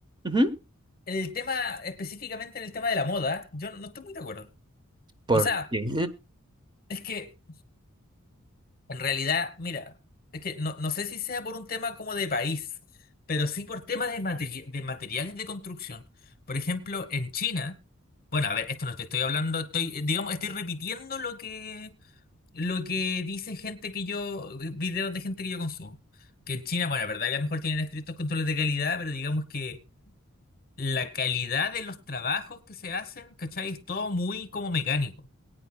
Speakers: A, on the right; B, on the left.
A: Ujú.
B: El tema, específicamente en el tema de la moda, yo no, no estoy muy de acuerdo.
A: ¿Por
B: O sea,
A: qué?
B: es que En realidad, mira, es que no, no sé si sea por un tema como de país, pero sí por tema de, materi- de materiales de construcción. Por ejemplo, en China, bueno, a ver, esto no te estoy hablando, estoy, eh, digamos, estoy repitiendo lo que, lo que dice gente que yo, eh, videos de gente que yo consumo. Que en China, bueno, la verdad que a lo mejor tienen estrictos controles de calidad, pero digamos que la calidad de los trabajos que se hacen, ¿cachai? Es todo muy como mecánico.